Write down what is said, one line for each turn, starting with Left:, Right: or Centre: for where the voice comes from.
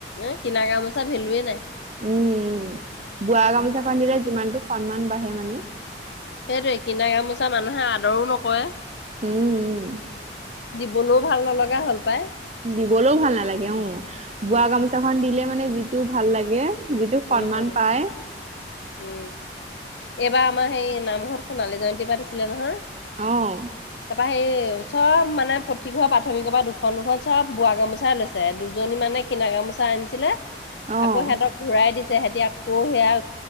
Left: এ কিনা গামো চা ভেলোৱে নাই
Right: উম উ বোৱা গামোচাখন দিলে যিমানটো সন্মান বাঢ়ে মানে
Left: সেইটোয়ে কিনা গামোচা মানুহে আদৰো নকৰে
Right: উম উ
Left: ব'লেও ভাল নলগা হ'ল পাই
Right: দিবলৈও ভাল নালাগে অ
Left: উম,
Right: বোৱা গামোচাখন দিলে মানে যিটো ভাল লাগে যিটো সন্মান
Left: উম,
Right: পায়
Left: উম। এইবাৰ আমাৰ সেই নামঘৰ সোণালী জয়ন্তী পাতিছিলে নহয়
Right: অহ
Left: সে চব মানে প্ৰতিঘ প্ৰাথমিকৰ পৰা দুখন দুখন চব বোৱা গামোচাই লৈছে দুজনী মানে কিনা গামোচা আনিছিলে
Right: অঁ
Left: আকৌ সিহঁতক ঘূৰাই দিছে সিহতি আকৌ সেয়া